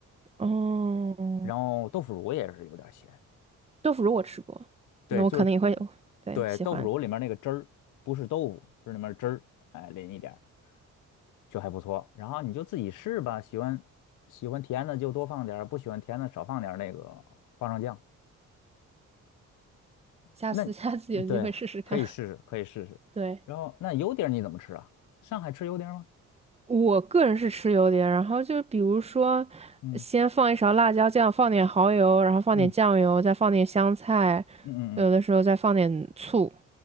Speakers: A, on the right (about 20°); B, on the left (about 80°).
A: 哦，
B: 然后豆腐乳也是有点咸，
A: 豆腐乳我吃过，
B: 对，
A: 那我可能也会，
B: 就是
A: 对，
B: 对豆腐乳里面那个汁儿，
A: 喜欢，
B: 不是豆腐，是里面汁儿，哎，淋一点儿。就还不错。然后你就自己试吧，喜欢喜欢甜的就多放点儿，不喜欢甜的少放点儿那个花生酱。
A: 下次
B: 那
A: <laughs> 下次有机会试试看。
B: 对，可以试试，可以试试。
A: 对，
B: 然后那油碟儿你怎么吃啊？上海吃油碟儿吗？
A: 我个人是吃油碟，然后就比如说，
B: 嗯
A: 先放一勺辣椒酱，放点蚝油，然后放点酱油，
B: 嗯
A: 再放点香菜，
B: 嗯嗯嗯，
A: 有的时候再放点醋，